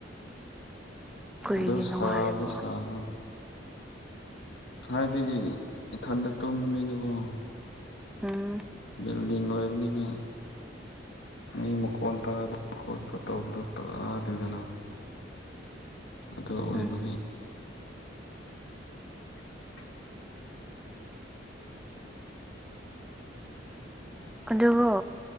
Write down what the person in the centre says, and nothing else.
ꯀꯔꯤꯒꯤ
ꯅꯨꯡꯉꯥꯏꯔꯤꯕꯣ
ꯎꯝ
ꯎꯝ
ꯑꯗꯨꯕꯨ